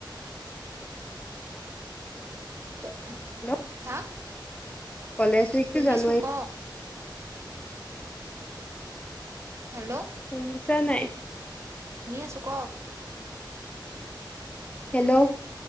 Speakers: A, on the right; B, on the left.
A: <unintelligible>
B: হেল্ল'
A: হা?
B: কলেজ উইকটো
A: শুনিছো
B: জানুৱাৰী
A: ক হেল্ল'
B: শুনিছা নাই?
A: শুনি আছো ক।
B: হেল্ল'